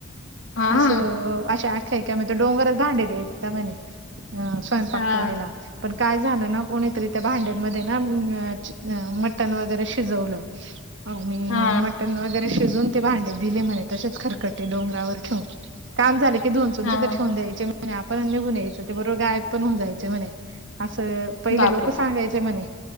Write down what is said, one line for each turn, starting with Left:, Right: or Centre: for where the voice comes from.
Left: हा.
Right: असं अशी अख्यायिका मग तो डोंगरच भांडे द्याय म्हणे. हं! स्वयंपाक
Left: हा.
Right: करायला. पण काय झालं ना कोणीतरी त्या भांड्यांमध्ये ना अ मटण वगैरे शिजवलं.
Left: <inaudible>
Right: <inaudible>
Left: हा
Right: मटन वगैरे शिजून ते भांडे दिले म्हणे तसेच खरकटे डोंगरावर ठेवून काम झाले की धूऊन तिथं
Left: हा.
Right: ठेवून द्यायचे आपण निघून यायचं ते बरोबर गायब पण होऊन जायचे म्हणे असं पहिले
Left: बापरे!
Right: लोक सांगायचे म्हणे.